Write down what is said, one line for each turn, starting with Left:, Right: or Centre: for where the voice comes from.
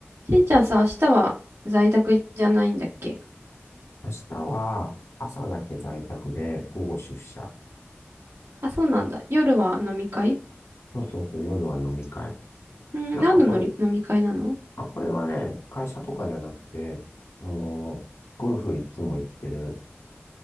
Right: しんちゃんさ、明日は在宅じゃないんだっけ
Left: 明日は朝だけ在宅で午後出社。
Right: あ、そうなんだ。夜は飲み会
Left: そうそうそう、夜は飲み会。
Right: うん、
Left: なんかこれ、
Right: 何ののり飲み会なの
Left: あ、これはね、会社とかじゃなくて、あの、ゴルフいつも行ってる、